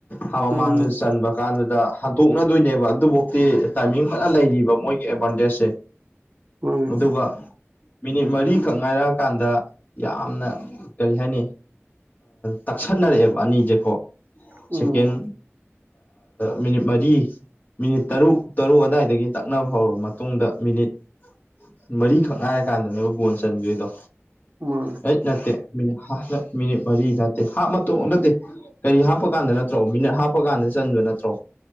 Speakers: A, on the left; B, on the right.
A: ꯍꯥꯞ ꯃꯃꯥꯡꯗꯁꯨ
B: ꯎꯝ
A: ꯆꯟꯕ ꯀꯥꯟꯗꯨꯗ ꯍꯟꯇꯣꯛꯅꯗꯣꯏꯅꯦꯕ ꯑꯗꯨꯐꯥꯎꯇꯤ ꯇꯥꯏꯃꯤꯡ ꯐꯅ ꯂꯩꯔꯤꯕ ꯃꯣꯏꯒꯤ ꯑꯦꯗꯚꯥꯟꯇꯦꯖꯁꯦ
B: ꯃꯥꯅꯦ
A: ꯑꯗꯨꯒ ꯃꯤꯅꯤꯠ ꯃꯔꯤꯈꯛ ꯉꯥꯏꯔꯛꯑꯀꯥꯟꯗ ꯌꯥꯝꯅ ꯀꯔꯤ ꯍꯥꯏꯅꯤ ꯇꯛꯁꯟꯅꯔꯛꯑꯦꯕ ꯑꯅꯤꯁꯦꯀꯣ
B: ꯎꯝ
A: ꯁꯦꯀꯦꯟ ꯃꯤꯅꯤꯠ ꯃꯔꯤ ꯃꯤꯅꯤꯠ ꯇꯔꯨꯛ ꯇꯔꯨꯛ ꯑꯗꯥꯏꯗꯒꯤ ꯇꯛꯅꯕ ꯍꯧꯔꯕ ꯃꯇꯨꯡꯗ ꯃꯤꯅꯤꯠ ꯃꯔꯤꯈꯛ ꯉꯥꯏꯔ ꯀꯥꯟꯗꯅꯦꯕ ꯒꯣꯟ ꯆꯟꯈꯦꯗꯣ
B: ꯃꯥꯅꯦ
A: ꯑꯩꯠ ꯅꯠꯇꯦ ꯃꯤꯅꯤꯠꯞ ꯃꯤꯅꯤꯠ ꯃꯔꯤ ꯅꯠꯇꯦ ꯍꯥꯞ ꯃꯇꯣꯡ ꯅꯠꯇꯦ ꯀꯔꯤ ꯍꯥꯞꯄꯀꯥꯟꯗ ꯅꯠꯇ꯭ꯔꯣ ꯃꯤꯅꯠ ꯍꯥꯞꯄꯀꯥꯟꯗ ꯆꯟꯕ ꯅꯠꯇ꯭ꯔꯣ